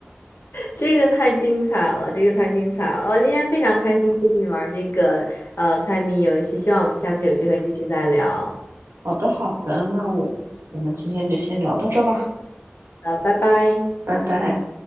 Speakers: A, on the left; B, on the right.
A: 这个太精彩了，这个太精彩了！我今天非常开心跟你玩这个呃猜谜游戏，希望我们下次有机会继续再聊。
B: <laughs> 好的，好的，那我我们今天就先聊到这吧，
A: 呃，拜拜。
B: 拜拜。